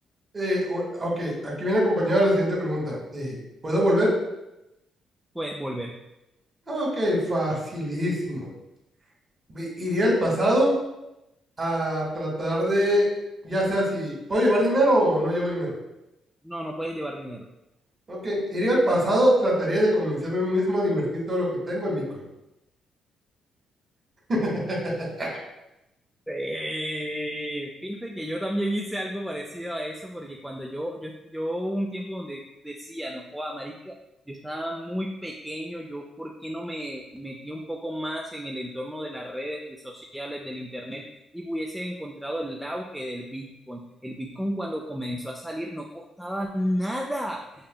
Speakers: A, on the right (about 30°); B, in the centre.
A: Eh, o- ok, aquí viene acompañada la siguiente pregunta. Eh, ¿puedo volver?
B: Puedes volver.
A: Ok, facilísimo. Vi- Iría al pasado a tratar de, ya sea si puedo llevar dinero o no llevo dinero.
B: No, no puedes llevar dinero.
A: Ok, iría al pasado, trataría de convencerme a mí mismo de invertir todo lo que tengo en Bitcoin. <laughs>
B: Eh, fíjate que yo también hice algo parecido a eso, porque cuando yo, yo, yo hubo un tiempo donde decía, no joda, marica, yo estaba muy pequeño, yo por qué no me metí un poco más en el entorno de las redes sociales, del internet, y hubiese encontrado el auge del Bitcoin. El Bitcoin cuando comenzó a salir no costaba nada.